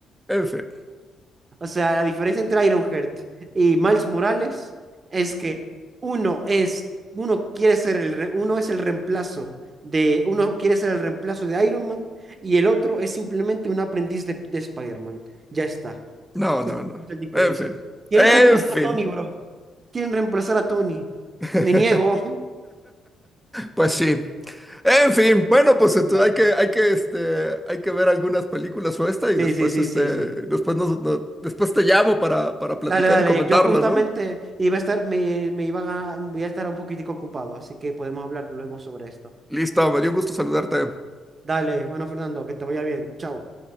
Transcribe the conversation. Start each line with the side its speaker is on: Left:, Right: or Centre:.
Centre: En fin.
Right: o sea, la diferencia entre Ironheart y Miles Morales es que uno es, uno quiere ser el, re- uno es el reemplazo de, uno quiere ser el reemplazo de Iron Man y el otro es simplemente un aprendiz de, de Spider-Man. Ya está.
Centre: No,
Right: Esa
Centre: no,
Right: es
Centre: no.
Right: la diferencia.
Centre: En fin.
Right: Quieren
Centre: En
Right: reemplazar
Centre: fin.
Right: a Tony, bro. Quieren reemplazar a Tony.
Centre: <laughs>
Right: Me niego. <laughs>
Centre: Pues sí. En fin, bueno, pues entu-
Right: Ya.
Centre: hay que, hay que, este, hay que ver algunas películas o esta y
Right: Sí,
Centre: después,
Right: sí, sí,
Centre: este,
Right: sí, sí.
Centre: después nos, no- después te llamo para, para platicar
Right: Dale, dale.
Centre: y comentarlo,
Right: Yo justamente
Centre: ¿no?
Right: iba a estar, me, me iba a, voy a estar un poquitico ocupado, así que podemos hablar luego sobre esto.
Centre: Listo, me dio gusto saludarte.
Right: Dale, bueno, Fernando, que te vaya bien. Chao.